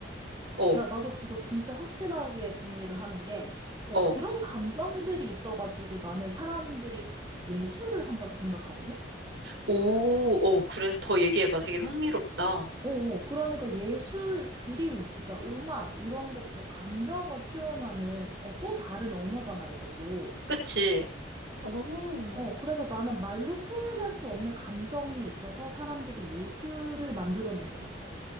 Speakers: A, on the right; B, on the right.
A: 어,
B: 야, 나도 그거 진짜 확실하게 동의를 하는 게, 어,
A: 어.
B: 그런 감정들이 있어가지고 나는 사람들이 예술을 한다고 생각하거든?
A: 오, 어. 그래서 더 얘기해봐. 되게 흥미롭다.
B: 어, 어, 그러니까 예술, 그림, 그러니까 음악, 이런 것도 감정을 표현하는, 어, 또 다른 언어잖아, 이것도.
A: 그치? 오,
B: 어, 그래서 나는 말로 표현할 수 없는 감정이 있어서 사람들이 예술을 만들어낸 것 같아.